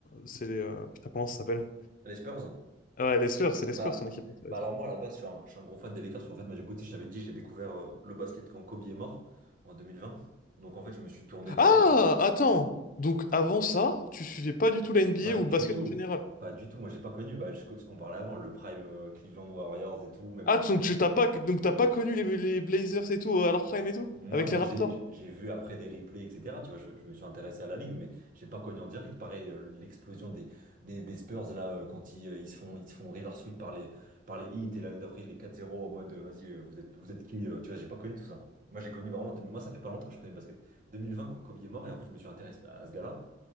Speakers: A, on the left (about 45°); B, on the right (about 45°).
A: c'est les euh, Putain, comment ça s'appelle?
B: Les Spurs?
A: Ah Ouais, les Spurs, c'est les
B: Bah,
A: Spurs, ton équipe préférée.
B: bah alors moi à la base je suis un, je suis un gros fan des Lakers parce qu'en fait moi du coup tu sais, je t'avais dit j'ai découvert euh, le basket quand Kobe est mort en 2020. donc en fait je me suis tourné
A: Ah!
B: direct vers les...
A: Attends! Donc, avant ça, tu suivais pas du tout la NBA
B: pas
A: ou
B: du
A: le basket
B: tout
A: en général?
B: pas du tout moi j'ai pas connu bah, je- ce qu'on parlait avant le prime euh, Cleveland Warriors et tout même
A: Ah,
B: le
A: donc
B: prime
A: tu t'as pas, donc t'as pas connu les, les Blazers et tout, euh, à leur prime et tout?
B: Non,
A: Avec
B: bah
A: les Raptors?
B: j'ai j'ai vu après des replays, etc. Tu vois, je, je me suis intéressé à la ligue, mais j'ai pas connu en direct. Pareil, euh, l'explosion des, des, des Spurs là, euh, quand ils, euh, ils se font ils se font river sweep par les par les Heat et l'année d'après les 4-0 en mode euh, vas-y euh, vous êtes vous êtes qui euh, Tu vois, j'ai pas connu tout ça. Moi j'ai connu vraiment deux- mille moi ça fait pas longtemps que je connais le basket. 2020 quand Kobe est mort et en fait je me suis intéressé à ce gars-là